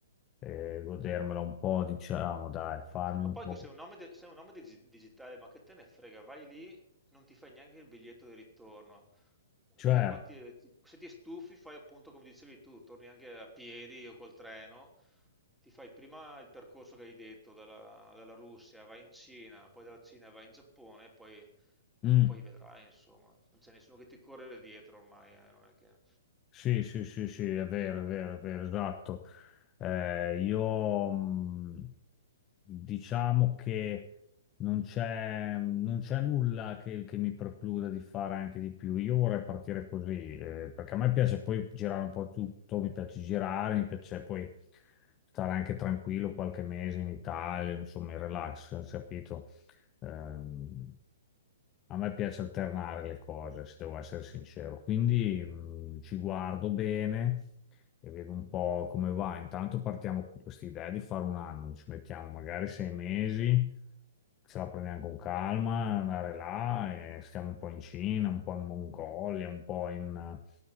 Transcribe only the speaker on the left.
e godermela un po', diciamo,
dai, farmi
un
po'.
Cioè,
mm.
Sì, sì, sì, sì, è vero, è vero, è vero, esatto. Eh, io mh, diciamo che non c'è non c'è nulla che, che mi precluda di fare anche di più. Io vorrei partire così, eh, perché a me piace poi girare un po' tutto, mi piace girare, mi piace poi stare anche tranquillo qualche mese in Italia, insomma, in relax, capito? Ehm, a me piace alternare le cose, se devo essere sincero. Quindi mh, ci guardo bene e vedo un po' come va. Intanto partiamo con questa idea di fare un anno, ci mettiamo magari sei mesi, ce la prendiamo con calma, andare là, e stiamo un po' in Cina, un po' in Mongolia, un po' in, eh,